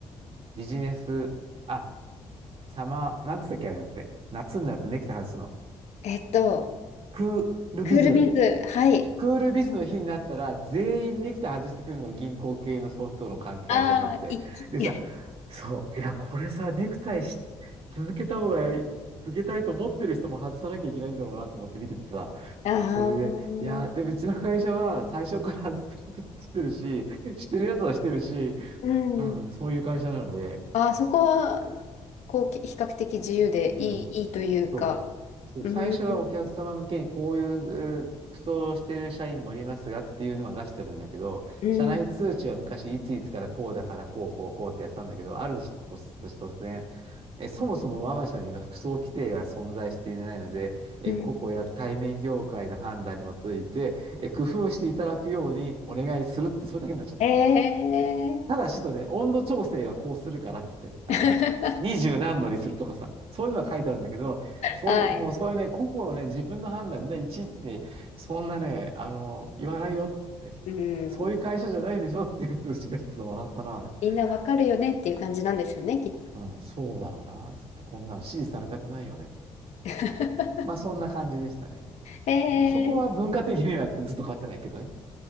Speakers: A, on the right; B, on the left.
A: ビジネス、あ、サマー、なんつったっけ、ああいうのって。夏になってネクタイ外すの。
B: えっと、
A: クールビズ
B: クールビズ、はい。
A: クールビズの日になったら、全員ネクタイ外してくるの、銀行系のソフトの関係者さんって。
B: ああ、一気。
A: でさ、
B: <laughs>
A: そう、いや、これさ、ネクタイし続けた方が、続けたいと思ってる人も外さなきゃいけないんだろうなと思って見ててさ、
B: ああ、
A: それで、いや、で、うちの会社は最初から外してる人はしてるし、してるやつはしてるし、
B: うん。
A: うん、そういう会社なので、
B: ああ、そこは、こう、け比較的自由でいい、
A: うん。
B: いいというか。
A: そう。そう、
B: うん、
A: 最初はお客様向けにこういうえー服装をしている社員もおりますがっていうのは出してるんだけど、
B: うん、
A: 社内通知は昔いついつからこうだからこうこうこうってやってたんだけど、ある日突然、え、そもそも我が社には服装規定は存在していないので、え、
B: うん。
A: 個々や対面業界の判断に基づいて、え、工夫していただくようにお願いするって、それだけになっちゃった。
B: ええ
A: ただしとね、温度調整はこうするからっつって、あの、
B: <laughs>
A: 二十何度にするとかさ、そういうのが書いてあるんだけど、そういう、
B: はい。
A: もうそういうね、個々のね、自分の判断で、いちいちね、そんなね、あの、言わないよって、
B: うん。
A: そういう会社じゃないでしょって言うと、うちがちょっと笑ったな、あれ。
B: みんなわかるよねっていう感じなんですよね、きっと。
A: うん、そうだろうな、つって、こんなの指示されたくないよねって。
B: <laughs>
A: まあ、そんな感じでしたね。
B: ええ
A: うん、そこは文化的にはずっと変わってないけどね。